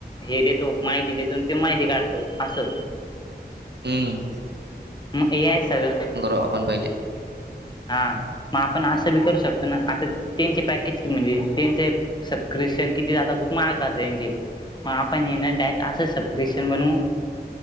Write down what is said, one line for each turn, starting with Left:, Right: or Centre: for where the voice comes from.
Left: हे देतो माहिती देतो आणि तो माहिती काढतो असं
Right: हम्मं
Left: मंग ए आय सगळं
Right: आपण पहिले.
Left: हां मंग आपणं असं बी करूं शकतो नां आंता त्यांचे पॅकेज म्हणजे त्यांचे सबस्क्रिप्शन किती आंता खूंप माहांग जातं मंग आपणं ये नां डायरेक्ट असं सबस्क्रिप्शन बनवूं